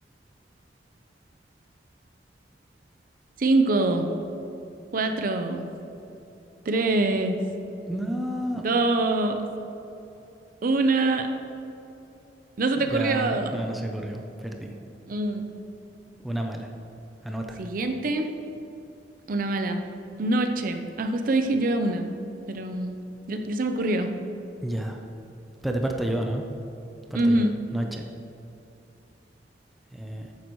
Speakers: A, on the right; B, in the centre.
A: Cinco, cuatro, tres.
B: No.
A: dos, una. No se
B: Ya,
A: te ocurrió.
B: no, no se corrió. Perdí.
A: Mm.
B: Una mala. Anótala.
A: Siguiente, una mala. Noche. Ah, justo dije yo una, pero mm, ya, ya se me ocurrió.
B: Ya. Espérate, parto yo, ¿no? Parto
A: Ujú.
B: yo. Noche. Eh,